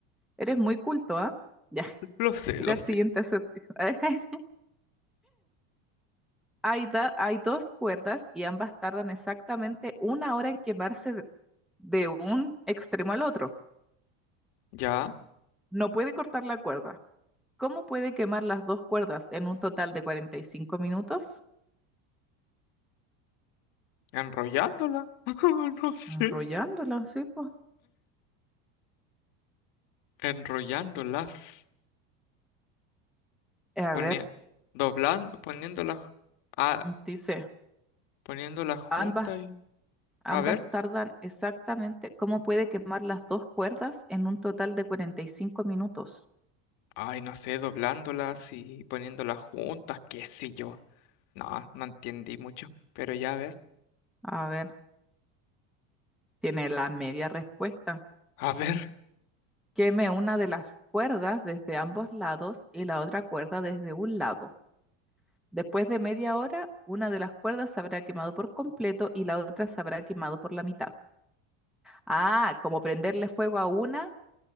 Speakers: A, in the centre; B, on the left.
A: Eres muy culto, ¿ah? Ya, <laughs>
B: Lo sé,
A: ir
B: lo
A: al
B: sé.
A: siguiente acertijo. <laughs> Hay, da- hay dos cuerdas y ambas tardan exactamente una hora en quemarse de de un extremo al otro.
B: Ya,
A: No puede cortar la cuerda. ¿Cómo puede quemar las dos cuerdas en un total de 45 minutos?
B: enrollándola. <laughs> No sé.
A: Enrollándola. sí, pues.
B: Enrollándolas.
A: A
B: Poni-
A: ver,
B: doblando, poniéndolas, ah,
A: dice,
B: poniéndolas juntas
A: ambas,
B: y,
A: ambas
B: a ver.
A: tardan exactamente. ¿Cómo puede quemar las dos cuerdas en un total de 45 minutos?
B: Ay, no sé, doblándolas y poniéndolas juntas, qué sé yo. No, no entendí mucho. Pero ya, a ver.
A: A ver, tiene la media respuesta.
B: A ver,
A: Queme una de las cuerdas desde ambos lados y la otra cuerda desde un lado. Después de media hora, una de las cuerdas se habrá quemado por completo y la otra se habrá quemado por la mitad. Ah, como prenderle fuego a una